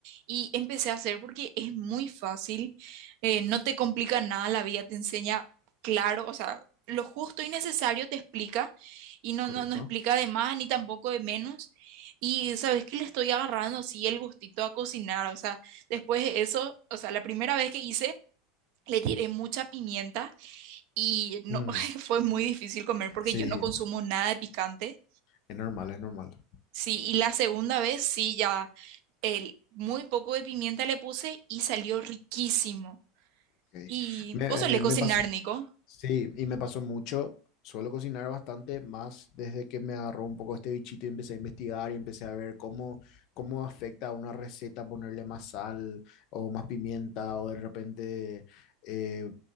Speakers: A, on the right; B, on the left.
A: y empecé a hacer porque es muy fácil, eh, no te complica nada, la vida te enseña claro, o sea, lo justo y necesario te explica y no,
B: Correcto.
A: no, no explica de más ni tampoco de menos. Y sabes que le estoy agarrando así el gustito a cocinar, o sea, después de eso, o sea, la primera vez que hice, le tiré mucha pimienta y no,
B: Mm,
A: <laughs> fue muy difícil comer porque
B: sí,
A: yo no consumo nada de picante.
B: es normal, es normal.
A: Sí, y la segunda vez sí, ya el, muy poco de pimienta le puse y salió riquísimo.
B: Ok.
A: ¿Y
B: Me,
A: vos solés
B: me
A: cocinar,
B: pasó,
A: Nico?
B: sí, y me pasó mucho. Suelo cocinar bastante más desde que me agarró un poco este bichito y empecé a investigar y empecé a ver cómo, cómo afecta a una receta ponerle más sal o más pimienta o de repente, eh,